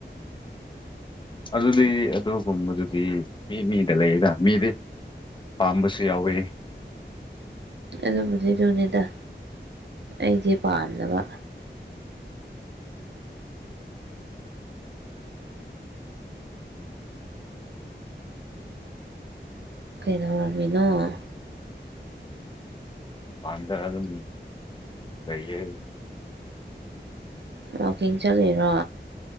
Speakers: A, on the left; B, on the right.
A: ꯑꯗꯨꯗꯤ ꯑꯗꯨꯒꯨꯝꯕꯗꯨꯗꯤ ꯃꯤ ꯃꯤꯗ ꯂꯩꯌꯦꯗ ꯃꯤꯗꯤ ꯄꯥꯝꯕꯁꯨ ꯌꯥꯎꯋꯦ꯫
B: ꯑꯗꯨꯕꯨꯗꯤ ꯑꯗꯨꯅꯤꯗ ꯑꯩꯗꯤ ꯄꯥꯝꯗꯕ꯫ ꯀꯩꯗꯧꯔꯝꯃꯤꯅꯣ꯫
A: ꯄꯥꯟꯗ ꯑꯗꯨꯝ ꯂꯩꯌꯦ꯫
B: ꯋꯥꯀꯤꯡ ꯆꯠꯂꯤꯔꯣ꯫